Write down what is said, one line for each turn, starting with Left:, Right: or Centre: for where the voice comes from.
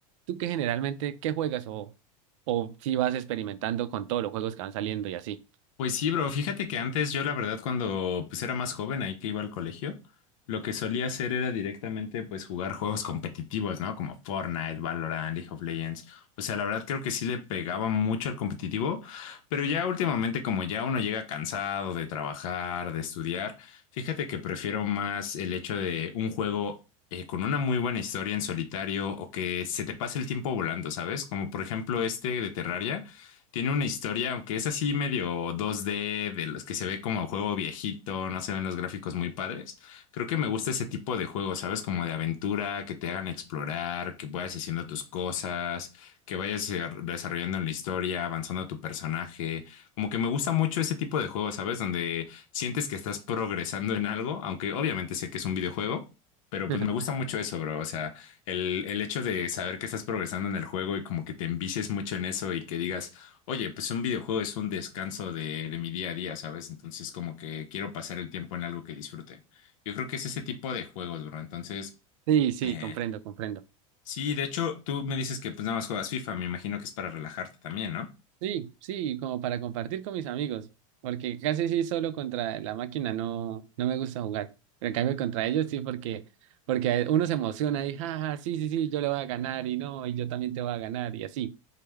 Right: tú qué generalmente, qué juegas o, o si vas experimentando con todos los juegos que van saliendo y así?
Left: Pues sí, bro, fíjate que antes yo la verdad cuando pues era más joven ahí que iba al colegio, lo que solía hacer era directamente pues jugar juegos competitivos, ¿no? Como Fortnite, Valorant, League of Legends. O sea, la verdad creo que sí le pegaba mucho al competitivo, pero ya últimamente como ya uno llega cansado de trabajar, de estudiar, fíjate que prefiero más el hecho de un juego eh, con una muy buena historia en solitario o que se te pase el tiempo volando, ¿sabes? Como por ejemplo este de Terraria tiene una historia, aunque es así medio 2D, de los que se ve como juego viejito, no se ven los gráficos muy padres. Creo que me gusta ese tipo de juegos, ¿sabes? Como de aventura, que te hagan explorar, que vayas haciendo tus cosas, que vayas eh, desarrollando en la historia, avanzando tu personaje. Como que me gusta mucho ese tipo de juegos, ¿sabes? Donde sientes que estás progresando en algo, aunque obviamente sé que es un videojuego. Pero pues
Right: <laughs>
Left: me gusta mucho eso, bro. O sea, el, el hecho de saber que estás progresando en el juego y como que te envicies mucho en eso y que digas, Oye, pues un videojuego es un descanso de, de mi día a día, ¿sabes? Entonces como que quiero pasar el tiempo en algo que disfrute. Yo creo que es ese tipo de juegos, bro. Entonces,
Right: Sí, sí,
Left: eh,
Right: comprendo, comprendo.
Left: sí, de hecho, tú me dices que pues nada más juegas FIFA, me imagino que es para relajarte también, ¿no?
Right: Sí, sí, como para compartir con mis amigos, porque casi sí solo contra la máquina no, no me gusta jugar, pero en cambio contra ellos sí porque, porque uno se emociona y jaja, sí, sí, sí, yo le voy a ganar y no, y yo también te voy a ganar y así,